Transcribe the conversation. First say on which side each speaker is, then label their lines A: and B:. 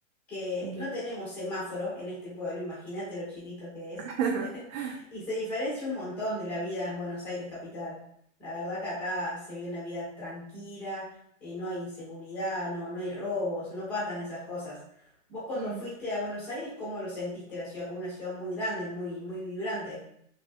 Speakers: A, in the centre; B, on the right.
A: que
B: ya.
A: no tenemos semáforo en este pueblo, imagínate lo chiquito que es.
B: <laughs>
A: <laughs> Y se diferencia un montón de la vida en Buenos Aires capital. La verdad que acá se vive una vida tranquila, eh, no hay inseguridad, no, no hay robos, no pasan esas cosas. Vos cuando
B: Mm.
A: fuiste a Buenos Aires, ¿cómo lo sentiste la ciudad? Como una ciudad muy grande, muy, muy vibrante.